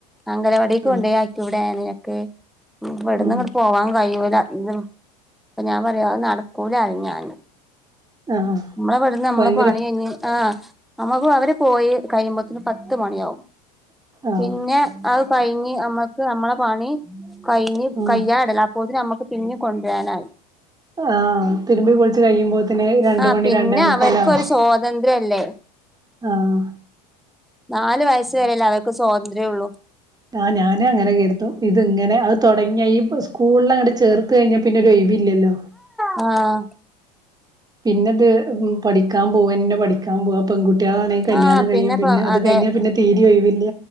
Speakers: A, in the centre; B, on the right (about 20°).
A: അംഗനവാടിക്ക്
B: ആഹ്
A: കൊണ്ടാക്കി കൂടെ നിനക്ക്? ഇവിടന്ന്
B: ഉം
A: അങ്ങോട്ട് പോവാൻ കഴിയൂല. ഇത് അപ്പൊ ഞാൻ പറയും അത് നടക്കൂലാറീം ഞാൻ
B: ആഹ്
A: നമ്മളെ വിടുന്നേനമ്മളെ
B: ഭയങ്കര
A: പണി കഴിഞ് ആ നമ്മക്ക് അവര് പോയി കഴിയുമ്പോത്തന് പത്ത് മണിയാവും.
B: ആഹ്
A: പിന്നെ അത് കഴിഞ്ഞ് നമ്മക്ക് നമ്മളെ പണി കഴിഞ്ഞ്
B: ഉം
A: കയ്യാഇടല അപ്പോത്തിനും നമ്മുക്ക് പിന്നെ കൊണ്ടുവരാനായി.
B: ആ തിരുമ്പി കുളിച്ച് കഴിയുമ്പോത്തെ രണ്ട്
A: ആഹ്
B: മണി
A: പിന്നെ
B: രണ്ടേ മുക്കാലാവും
A: അവർക്ക് ഒരു സ്വാതന്ത്ര്യ അല്ലേ?
B: ആഹ്
A: നാല് വയസ് വരേയല്ലേ അവർക്ക് സ്വാതന്ത്ര്യം ഉള്ളു.
B: ആഹ് ഞാനും അങ്ങനെ കരുതും. ഇത് ഇങ്ങനെ അത് തുടങ്ങിയ സ്കൂളിൽ അങ്ങട്ട് ചേർ ത്ത് കഴിഞ്ഞാൽ പിന്നെ ഒഴിവില്ലല്ലോ?
A: ആ
B: പിന്നത് പഠിക്കാൻ പോകും തന്നെ പഠിക്കാൻ പോവുക. പെൺകുട്ടികളാണെങ്കിൽ കല്യാണം
A: ആഹ്
B: കഴിയും.
A: പിന്നെപ്പ
B: പിന്നെ അത്
A: അതെ
B: കഴിഞ്ഞാൽ പിന്നെ തീരെ ഒഴിവില്ല.